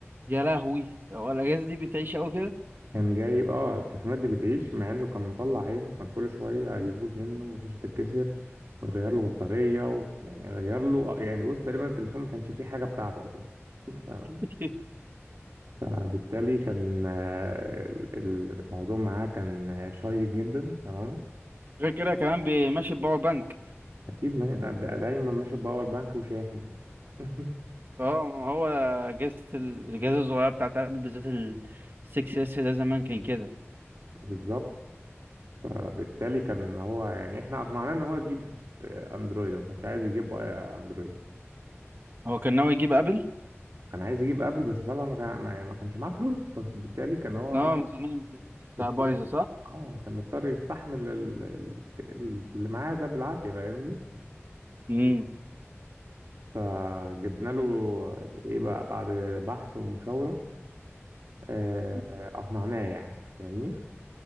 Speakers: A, on the right; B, on the right.
A: يا لهوي هو الاجهزه دي بتعيش قوي كده
B: كان جايب اه التليفونات دي بتعيش مع انه كان مطلع عينه كان كل شويه يبوظ
A: مم.
B: منه وشاشه تتكسر ويغير له بطاريه و... يعني غير له آه، يعني بص تقريبا التليفون ما كانش فيه حاجه بتاعته اساسا تمام
A: <laughs>
B: فبالتالي كان آه، ال- الموضوع معاه كان آه، شيق جدا تمام
A: غير كده كمان بي- ماشي بباور بانك
B: اكيد ما... دا- دايما ماشي باور بانك وشاحن <laughs>
A: اه ما هو اجهزه ال- الاجهزه الصغيره بتاعت ابل بالذات ال 6 اس ده زمان كان كده
B: بالظبط فبالتالي كان هو يعني احنا اقنعناه ان هو يجيب آه، اندرويد ما كانش عايز يجيب آه، اندرويد
A: هو كان ناوي يجيب ابل
B: كان عايز يجيب ابل بس طبعا ما كان ما ما كانش معاه فلوس فبالتالي كان هو
A: اه ميزانيه
B: مضطر
A: بتاع بايظه
B: يست-
A: صح
B: اه كان مضطر يستحمل ال- ال- ال- اللي معاه ده بالعافية فاهمني
A: امم
B: فجبنا له ايه بقى بعد بحث ومشاورة آه، اقنعناه يعني فاهمني